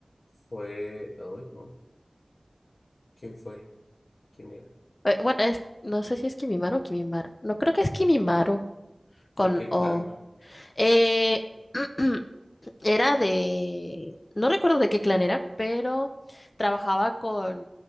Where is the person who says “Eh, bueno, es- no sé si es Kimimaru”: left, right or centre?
Left